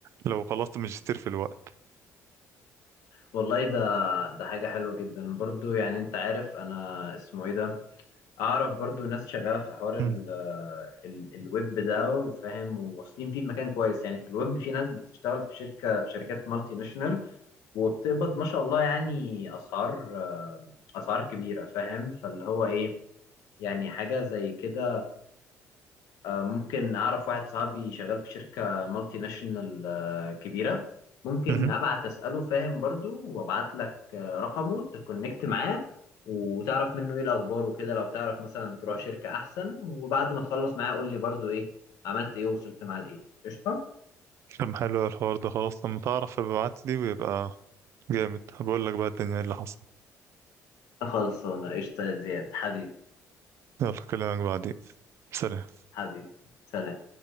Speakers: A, on the right; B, on the left.
A: لو خلصت ماجستير في الوقت
B: والله ده ده حاجة حلوة جدا برضو يعني انت عارف انا اسمه ايه ده اعرف برضو ناس شغالة في حوار
A: مم.
B: ال ال الويب ده وفاهم وواصلين فيه المكان كويس يعني في الويب في ناس بتشتغل في شركة في شركات مالتي ناشونال وبتقبض ما شاء الله يعني اسعار اسعار كبيره فاهم فاللي هو ايه يعني حاجه زي كده آه، ممكن اعرف واحد صاحبي شغال في شركه مالتي ناشونال آه، كبيره ممكن
A: مهم.
B: ابعت اساله فاهم برضو وابعت لك آه، رقمه تكونكت معاه وتعرف منه ايه الاخبار وكده لو تعرف مثلا تروح شركه احسن وبعد ما تخلص معاه قول لي برضو ايه عملت ايه ووصلت معاه لايه قشطه
A: طب حلو الحوار ده خلاص لما تعرف ابعت لي ويبقى جامد هبقول لك بقى الدنيا إيه اللي حصل
B: خلصانه قشطه يا زياد حبيبي
A: يلا كلامك بعدين سلام
B: حبيبي سلام